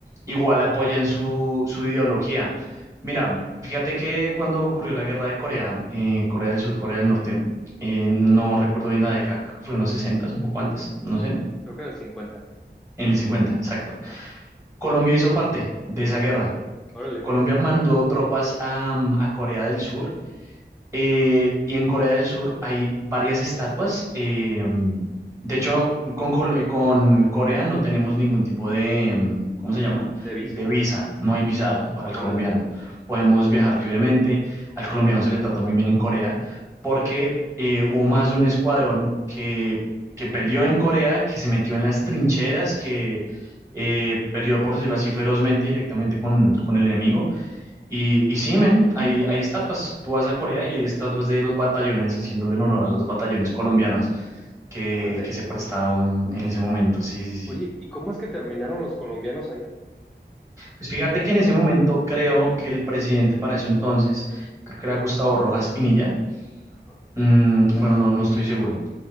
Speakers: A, on the right; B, in the centre.
A: igual apoyan su, su ideología. Mira, fíjate que cuando ocurrió la guerra de Corea, eh, Corea del Sur, Corea del Norte, eh, no recuerdo bien la década, creo que fue en los 60, un poco antes, no sé,
B: Creo que en el 50.
A: en el 50 exacto.
B: Ajá.
A: Colombia hizo parte de esa guerra.
B: Órale.
A: Colombia mandó tropas a, a Corea del Sur eh, y en Corea del Sur hay varias estatuas. eh, de hecho, con, Col- eh, con Corea no tenemos ningún tipo de, mm, ¿cómo se llama?
B: ¿De visa?
A: De visa. No hay visado para el
B: Órale.
A: colombiano. Podemos viajar libremente. Al colombiano se le trata muy bien en Corea porque
B: Ajá.
A: eh, hubo más de un escuadrón que, que peleó en Corea, que se metió en las trincheras, que eh, peleó, por decirlo así, ferozmente directamente con, con el enemigo y, y sí, men, hay, hay estatuas. Tú vas a Corea y hay estatuas de los batallones, haciéndole en honor a los batallones colombianos que,
B: Órale.
A: que se prestaron en ese momento. Sí, sí,
B: Oye,
A: sí.
B: ¿y cómo es que terminaron los colombianos ahí?
A: Pues fíjate que en ese momento creo que el presidente para eso entonces, creo que era Gustavo Rojas Pinilla.
B: Ajá.
A: mm, bueno, no, no estoy seguro.